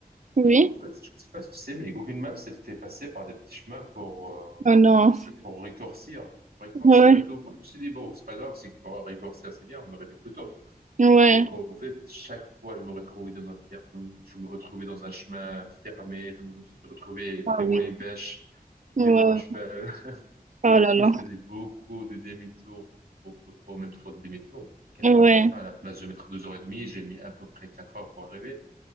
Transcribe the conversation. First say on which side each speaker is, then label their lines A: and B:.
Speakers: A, on the right; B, on the right.
A: oui,
B: Et en fait, je ne sais pas si tu sais, mais Google Maps, elle fait passer par des petits chemins pour, euh,
A: oh non,
B: c'est pour rétorcir, pour rétorcir
A: ouais,
B: et tout. Moi, je me suis dit, bon, c'est pas grave, c'est pour rétorcir, c'est bien, on me réveille plus tôt.
A: ouais,
B: Donc en fait, chaque fois, je me retrouvais dans un ferme, je me retrouvais dans un chemin fermé, je me suis retrouvé
A: ah
B: devant
A: oui,
B: une vache,
A: ouais,
B: devant
A: ouais.
B: un cheval. <laughs>
A: oh
B: Donc, du
A: là
B: coup,
A: là,
B: je faisais beaucoup de demi-tours, beaucoup trop, même trop de demi-tours. Donc,
A: ouais,
B: à la fin, à la place de mettre deux heures et demie, j'ai mis à peu près quatre heures pour arriver.